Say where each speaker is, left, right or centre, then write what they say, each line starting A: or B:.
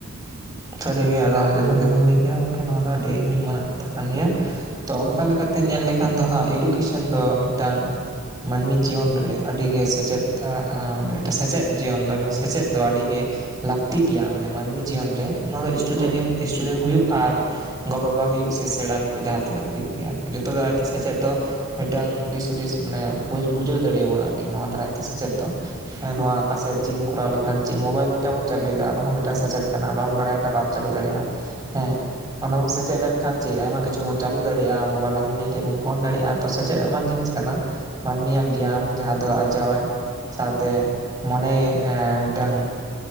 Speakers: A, on the right; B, on the right.
A: ᱥᱟᱹᱨᱤᱜᱮ ᱟᱫᱚ ᱡᱚᱛᱷᱟᱛ ᱜᱮᱵᱮᱱ ᱞᱟᱹᱭ ᱠᱮᱭᱟ ᱜᱚᱢᱠᱮ ᱱᱚᱣᱟ ᱫᱚ ᱟᱹᱰᱤ ᱧᱩᱢᱟᱱᱟᱜ ᱠᱟᱛᱷᱟ ᱠᱟᱱ ᱜᱮᱭᱟ ᱛᱚ᱾ ᱚᱱᱠᱟ ᱞᱮᱠᱟᱛᱮ ᱧᱮᱞ ᱞᱮᱠᱷᱟᱱ ᱫᱚ ᱦᱟᱜ ᱮᱰᱩᱠᱮᱥᱚᱱ ᱫᱚ ᱢᱤᱫᱴᱟᱝ ᱢᱟᱹᱱᱢᱤ ᱡᱤᱭᱚᱱ ᱨᱮ ᱟᱹᱰᱤᱜᱮ ᱥᱮᱪᱮᱫ ᱢᱟᱱᱮ ᱢᱤᱫᱴᱟᱝ ᱥᱮᱪᱮᱫ ᱡᱤᱭᱚᱱ ᱫᱚ ᱥᱮᱪᱮᱫ ᱫᱚ ᱟᱹᱰᱤᱜᱮ, ᱞᱟᱹᱠᱛᱤ ᱜᱮᱭᱟ᱾ ᱢᱟᱱᱮ ᱢᱟᱹᱱᱢᱤ ᱡᱤᱭᱚᱱ ᱨᱮ ᱱᱚᱣᱟ ᱫᱚ ᱤᱥᱩᱴᱩᱰᱮᱱᱴ
B: ᱦᱳᱭ ᱦᱳᱭ
A: ᱦᱩᱭᱩᱜ ᱟᱨ ᱜᱚ ᱵᱟᱵᱟ ᱦᱩᱭᱩᱜ ᱥᱮᱬᱟᱱ ᱠᱚ, ᱡᱟᱦᱟᱸ ᱛᱤᱱᱟᱹᱜ ᱠᱚ ᱦᱩᱭᱩᱜ ᱜᱮᱭᱟ ᱟᱨᱠᱤ ᱡᱚᱛᱚ ᱫᱟᱨᱟᱭᱛᱮ ᱥᱮᱪᱮᱫ ᱫᱚ, ᱢᱤᱫᱴᱟᱝ ᱫᱤᱥ ᱦᱩᱫᱤᱥ ᱢᱟᱱᱮ ᱵᱚ ᱵᱩᱡᱷᱟᱹᱣ ᱫᱟᱲᱮᱭᱟ ᱵᱚᱱᱟ ᱟᱨᱠᱤ ᱱᱚᱣᱟ ᱫᱟᱨᱟᱭᱛᱮ ᱥᱮᱪᱮᱫ ᱫᱚ ᱾ ᱦᱮᱸ
B: ᱦᱳᱭ
A: ᱱᱚᱣᱟ ᱚᱠᱟᱥᱮᱫ ᱪᱮᱫ ᱮᱢ ᱠᱚᱨᱟᱣ ᱞᱮᱠᱷᱟᱱ ᱪᱮᱫ ᱢᱳᱵᱟᱭᱤᱞ ᱢᱤᱫᱴᱟᱝ ᱵᱚᱱ ᱪᱟᱹᱞᱩᱭᱮᱫᱟ, ᱱᱚᱣᱟ ᱢᱤᱫᱴᱟᱝ ᱥᱮᱪᱮᱫ ᱠᱟᱱᱟ ᱵᱟᱢ ᱵᱟᱲᱟᱭ ᱵᱟᱢ ᱪᱟᱹᱞᱩ ᱫᱟᱲᱮᱭᱟᱜᱼᱟ ᱦᱮᱸ ᱾ ᱚᱱᱟ ᱵᱚᱱ ᱥᱮᱪᱮᱫ ᱞᱮᱱᱠᱷᱟᱱ ᱪᱮᱫ ᱟᱭᱢᱟ ᱠᱤᱪᱩ ᱵᱚᱱ ᱪᱟᱹᱞᱩ ᱫᱟᱲᱭᱟᱜᱼᱟ, ᱢᱳᱵᱟᱭᱤᱞ ᱦᱟᱹᱱᱤ ᱱᱟᱹ ᱴᱷᱮᱡ ᱵᱚᱱ ᱯᱷᱳᱱ ᱫᱟᱲᱮᱭᱟᱜᱼᱟ ᱾ ᱥᱮᱪᱮᱫ ᱮᱢᱟᱱ ᱡᱤᱱᱤᱥ ᱠᱟᱱᱟ, ᱢᱟᱹᱱᱢᱤᱭᱟᱜ ᱜᱮᱭᱟᱱ ᱡᱟᱦᱟᱸ ᱫᱚ ᱟᱨᱡᱟᱣᱟᱭ ᱾ ᱥᱟᱶᱛᱮ ᱢᱚᱱᱮ ᱮ ᱢᱤᱫᱴᱟᱝ